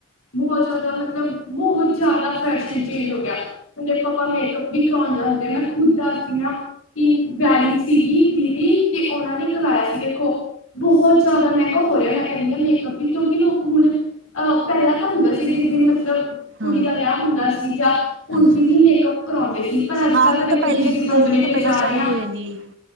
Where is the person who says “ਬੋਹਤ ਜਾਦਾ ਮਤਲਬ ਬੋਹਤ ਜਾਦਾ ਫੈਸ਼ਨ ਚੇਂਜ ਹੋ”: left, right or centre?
Left